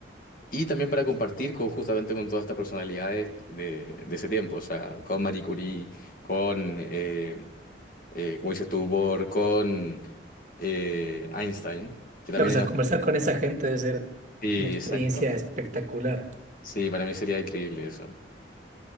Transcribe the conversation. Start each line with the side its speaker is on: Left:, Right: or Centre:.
Left: Y también para compartir con, justamente con todas estas personalidades de, de ese tiempo, o sea, con Marie Curie, con, eh, eh, como dices tú, Bohr, con eh, Einstein, que también
Right: Claro, o sea,
Left: era...
Right: conversar con esa gente debe ser
Left: Sí,
Right: una experiencia
Left: exacto.
Right: espectacular.
Left: Sí, para mí sería increíble eso.